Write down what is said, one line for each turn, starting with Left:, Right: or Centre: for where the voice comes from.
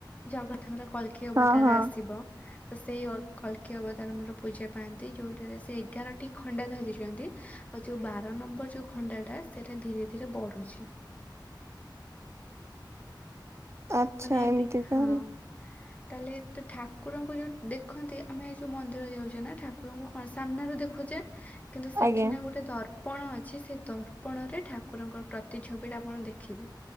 Left: ଜଗନ୍ନାଥଙ୍କର କଳକି ଅବତାର
Right: ହଁ ହଁ
Left: ଆସିବ। ତ ସେଇ ଅ କଳକୀ ଅବତାର ଆମର ପୂଜା ପାଆନ୍ତି ଯୋଉଠାରେ ସେ ଏଗାରଟି ଖଣ୍ଡା ଧରିଛନ୍ତି ଆଉ ଯୋଉ ବାର ନମ୍ବର ଯୋଉ ଖଣ୍ଡାଟା ସେଇଟା ଧୀରେ ଧୀରେ ବଢୁଛି।
Right: ଆଚ୍ଛା
Left: ମାନେ ଏନ୍ତି
Right: ଏମିତି
Left: ହଁ।
Right: ତାହେଲେ
Left: ତାହେଲେ ତ ଠାକୁରଙ୍କ ଯୋଉ ଦେଖନ୍ତି ଆମେ ଯୋଉ ମନ୍ଦିର ଯାଉଛେ ନା ଠାକୁରଙ୍କୁ କଣ ସାମ୍ନରେ ଦେଖୁଛେ କିନ୍ତୁ ସେଠି
Right: ଆଜ୍ଞା
Left: ନା ଗୋଟେ ଦର ପଣ ଅଛି ସେ ଦର୍ପଣ ରେ ଠାକୁରଙ୍କ ପ୍ରତି ଛବିଟା ଆପଣ ଦେଖିବେ।